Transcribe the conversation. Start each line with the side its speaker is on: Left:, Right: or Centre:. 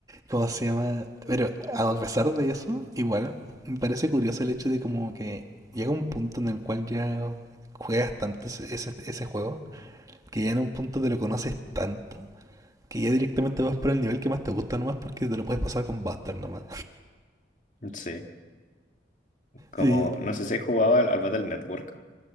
Right: ¿cómo se llama? Pero a pesar de eso, igual me parece curioso el hecho de como que llega un punto en el cual ya juegas tanto ese, ese- ese juego, que ya en un punto te lo conoces tanto, que ya directamente vas por el nivel que más te gusta nomás porque te lo puedes pasar con Buster nomás.
Left: Sí. Como,
Right: Y
Left: no sé si he jugado al, al Battle Network,